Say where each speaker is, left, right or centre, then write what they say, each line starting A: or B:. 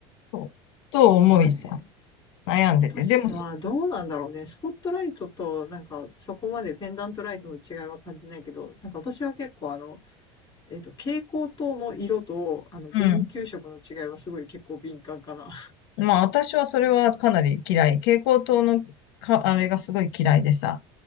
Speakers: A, on the left; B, on the left.
A: そうと思いさ、
B: まあね。
A: 悩んでて。
B: 私、
A: でも、
B: まあどうなんだろうね。スポットライトとなんかそこまでペンダントライトの違いは感じないけど、なんか私は結構あの、えっ、と、蛍光灯の色と、あの、
A: うん。
B: 電球色の違いはすごい結構敏感かな。
A: まあ、私はそれはかなり嫌い。蛍光灯のか、あれがすごい嫌いでさ。